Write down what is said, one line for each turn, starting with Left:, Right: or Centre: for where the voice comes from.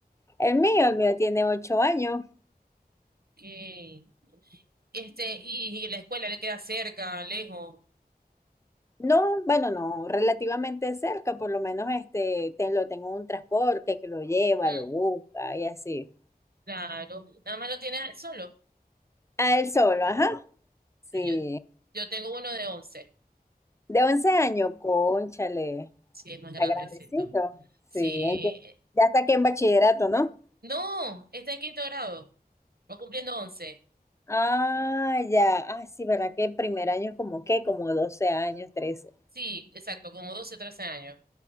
Left: El mío, el mío tiene ocho años.
Right: Que, este, y, y la escuela le queda cerca, lejos.
Left: No, bueno, no, relativamente cerca, por lo menos este, te, lo tengo en un transporte que lo lleva,
Right: Mm,
Left: lo busca y así.
Right: claro, nada más lo tienes al solo.
Left: A él solo, ajá. Sí.
Right: No, Yo, yo tengo uno de 11.
Left: De 11 años, cónchale,
Right: sí, es más
Left: está
Right: grandecito.
Left: grandecito.
Right: Sí,
Left: Sí, hay que-
Right: eh,
Left: ya está aquí en bachillerato, ¿no?
Right: no, está en quinto grado, va cumpliendo 11.
Left: Ah, ya. Ah, sí, ¿verdad? Que el primer año es como qué, como 12 años, 13.
Right: Sí, exacto, como 12 o 13 años.